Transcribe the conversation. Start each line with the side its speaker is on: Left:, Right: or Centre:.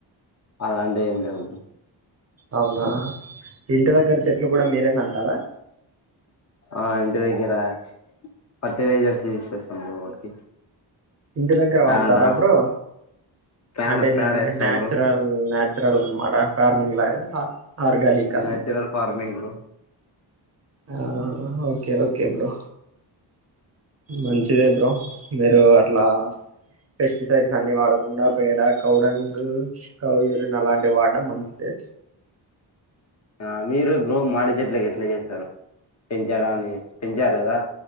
Left: అలాంటివి ఏం లేవు బ్రో
Right: అవునా ఇంటి దగ్గర చెట్లు కూడా మీరే నాటారా
Left: ఆ ఇంటి దగ్గర ఫర్టిలైజర్స్ యూస్ చేసాం బ్రో వాటికి
Right: ఇంటి దగ్గర వాడతార
Left: పేడ
Right: బ్రో
Left: పేడ
Right: అంటే
Left: పేడ ఏస్తాం
Right: నేచురల్
Left: బ్రో
Right: నేచురల్ అన్నమాట ఫార్మింగ్ లాగ అ ఆర్గానిక్
Left: న్యాచురల్ ఫార్మింగ్ బ్రో
Right: ఆ ఓకే ఓకే బ్రో మంచిదే బ్రో మీరు అట్లా పెస్టిసైడ్స్ అన్ని వాడకుండా పేడ కౌ డంగు కౌ యూరిన్ అలాంటివి వాడటడం మంచిదే
Left: ఆ మీరు బ్రో మామిడి చెట్లకి ఎట్లా చేశారు పెంచడాన్ని పెంచారు కదా